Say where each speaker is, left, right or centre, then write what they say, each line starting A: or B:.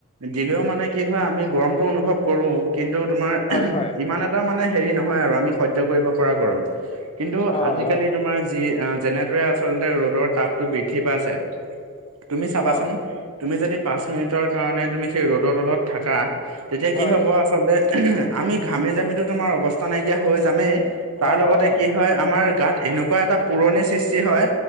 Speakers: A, on the right (about 85°); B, on the left (about 25°).
A: দিলেও মানে কি হয় আমি গৰমতটো অনুভৱ কৰো। কিন্তু তোমাৰ
B: হয় হয়
A: ইমান এটা মানে হেৰি নহয় আৰু আমি সহ্য কৰিব পৰা গৰম। কিন্তু
B: অ
A: আজিকালি
B: অ
A: তোমাৰ যি যেনেদৰে আচলতে ৰ'দৰ তাপ টো বৃদ্ধি পাইছে, তুমি চাবাচোন
B: অ
A: - তুমি যদি পাঁচ মিনিটৰ কাৰণে তুমি সেই ৰ'দৰ তলত থাকা তেতিয়া কি
B: হয়
A: হ'ব আচলতে আমি ঘামি জামিতো তোমাৰ অৱস্থা নাইকিয়া হৈ যামেই তাৰ
B: অ
A: লগতে
B: অ
A: কি হয় আমাৰ গাত এনেকুৱা এটা পুৰণি সৃষ্টি হয়